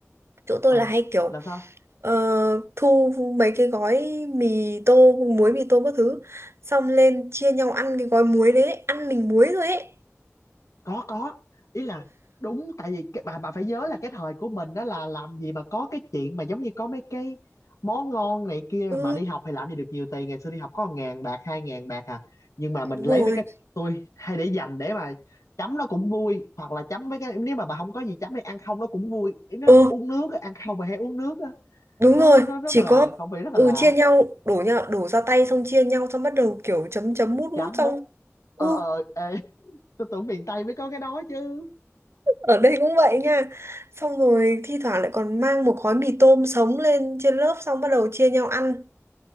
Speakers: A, on the right (about 55°); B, on the left (about 90°).
A: chỗ tôi
B: ờ
A: là hay kiểu
B: là sao
A: ờ, thu mấy cái gói mì tô muối mì tô các thứ xong lên chia nhau ăn cái gói muối đấy ăn mình muối rồi ấy
B: có có ý là đúng tại vì cái, bà bà phải nhớ là cái thời của mình đó là làm gì mà có cái chuyện mà giống như có mấy cái món ngon này kia
A: ừ
B: mà đi học thì làm gì được nhiều tiền ngày xưa đi học có ngàn bạc hai ngàn bạc à nhưng mà mình
A: đúng
B: lấy
A: rồi
B: mấy cái tôi hay để dành để mà chấm nó cũng vui hoặc là chấm mấy cái nếu mà bà không có gì chấm thì ăn không nó cũng vui Ý nó
A: ừ
B: uống nước á, ăn không bà hay uống nước á
A: đúng
B: nó
A: rồi
B: nó rất
A: chỉ
B: là
A: có
B: không phải rất
A: ừ
B: là lạ
A: chia nhau đổ nhau đổ ra tay xong chia nhau xong bắt đầu kiểu chấm chấm mút mút
B: chấm
A: xong
B: múc
A: ừ
B: ờ ờ ê <laughs> tôi tưởng miền Tây mới có cái đó chứ
A: ở đây cũng vậy nha xong rồi thi thoảng lại còn mang một gói mì tôm sống lên trên lớp xong bắt đầu chia nhau ăn